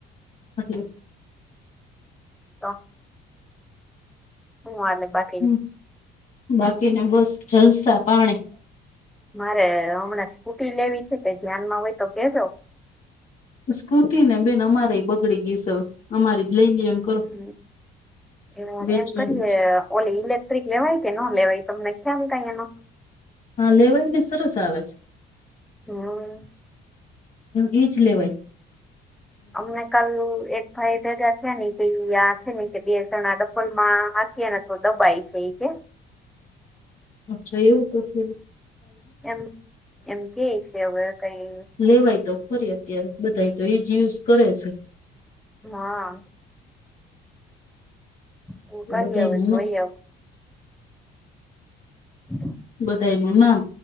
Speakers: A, on the left; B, in the centre.
A: એટલે
B: તો હાલે બાકિ
A: હ બાકીને બસ જલસા પાણી
B: મારે હમણાં સ્ફૂટી લેવી છે કે ધ્યાનમાં હોય તો કેહેજો
A: સ્કૂટી ને બેન અમારે બગડી ગઈસ અમારી જ લઈ લઈ એમ કરો
B: હમ એ
A: વેચવાની
B: એમ કરીએ
A: છે
B: <unintelligible> ઓલે ઇલેક્ટ્રિક લેવાય કે ન લેવાય તમનેમ કઈ એનો
A: હા લેવાય ને સરસ આવે છે.
B: હા
A: ઇજ લેવાઇ
B: અમને કાલ એક ભાઈ ભેગા થયા ને કે ઈ આ છે ને કે બે જણા ડબ્બલમાં નાખીએ ને તો દબાય છે એ કે
A: અચ્છા એવું તો ફર‌
B: એમ એમ કે છે ઓવેર કઈ
A: લેવાય તો ખોરી અત્યારે બધા તો એજ યુઝ કરે છે.
B: હા હ કરી
A: બધા
B: હ જોઈ
A: ન
B: હ હ <inaudible>
A: બધા ન ના